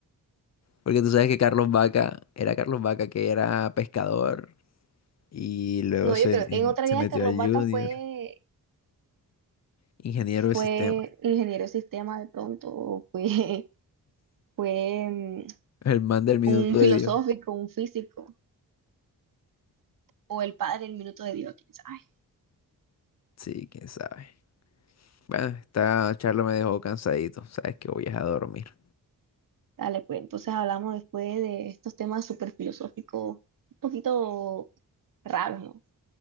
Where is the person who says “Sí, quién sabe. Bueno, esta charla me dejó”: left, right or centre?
Left